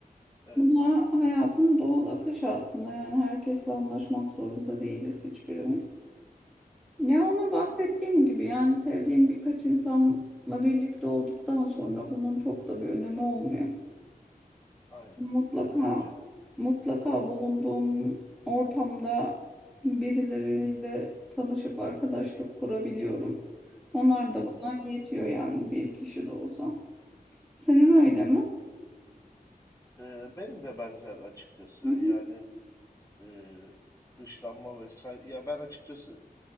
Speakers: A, on the left; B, in the centre.
A: Evet.
B: Bu da hayatın doğal akışı aslında. Yani herkesle anlaşmak zorunda değiliz hiçbirimiz. Ya
A: Aha.
B: ama bahsettiğim gibi yani sevdiğim birkaç insanla birlikte olduktan sonra bunun çok da bir önemi olmuyor.
A: Aynen.
B: Mutlaka
A: Yani bence de.
B: mutlaka bulunduğum ortamda birileriyle tanışıp arkadaşlık kurabiliyorum. Onlar
A: Hı
B: da
A: hı.
B: bana yetiyor yani bir kişi de olsa. Senin öyle mi?
A: Ee, benim de benzer açıkçası.
B: Hı
A: Yani
B: hı.
A: e, dışlanma vesaire. Ya ben açıkçası